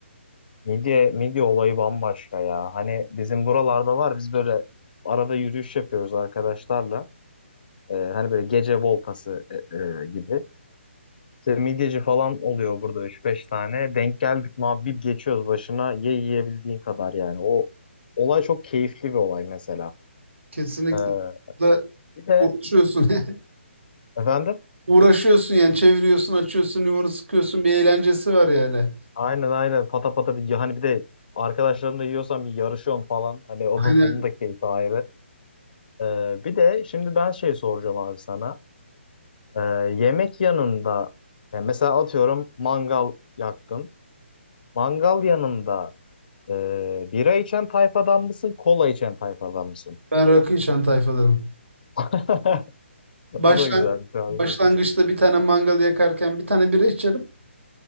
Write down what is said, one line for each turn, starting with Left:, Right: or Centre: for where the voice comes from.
Left: midye midye olayı bambaşka ya. Hani bizim buralarda var. Biz böyle arada yürüyüş yapıyoruz arkadaşlarla. Ee, hani böyle gece voltası e, e, gibi. İşte midyeci falan oluyor burada üç beş tane. Denk geldik mi abi bir geçiyoruz başına. Ye yiyebildiğin kadar yani. O olay çok keyifli bir olay mesela.
Right: Kesinlikle.
Left: Ee,
Right: Da
Left: bir de
Right: uğraşıyorsun. <laughs>
Left: efendim
Right: Uğraşıyorsun yani çeviriyorsun, açıyorsun, limonu sıkıyorsun bir eğlencesi var yani.
Left: aynen aynen pata pata bir hani bir de arkadaşlarımla yiyorsan bir yarışıyorsun falan. Hani onun,
Right: Aynen
Left: onun da keyfi ayrı. Ee, bir de şimdi ben şey soracağım abi sana. Ee, yemek yanında yani mesela atıyorum mangal yaktın. Mangal yanında e, bira içen tayfadan mısın, kola içen tayfadan mısın?
Right: ben rakı içen tayfadanım.
Left: <laughs>
Right: Başlan
Left: O da güzelmiş abi.
Right: başlangıçta bir tane mangal yakarken bir tane bira içerim.